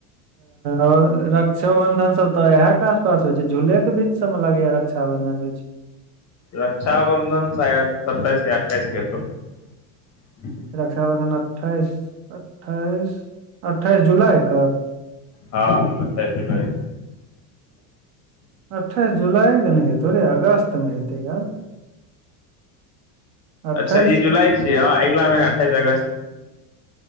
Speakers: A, on the right; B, on the left.
A: और रक्ष रक्ष बंधन सब तऽ इहै कऽ आसपास होय छै झूल केँ बीच सब मे लगे या रक्षा बंधन होय छै
B: रक्षााबन्धन शायद सत्ताइस या अठाइस कऽ हेतउ <inaudible>
A: रक्षाबंधन अठाइस अठाइस अठाइस जुलाई कऽ
B: हँ अठाइस जुलाई
A: अठाइस जुलाई कऽ नै हेतौ रे अगस्त मे हेतै यार <inaudible> अठाइस
B: अच्छा ई जुलाई छियै ह अगिला महिना अठाइस अगस्त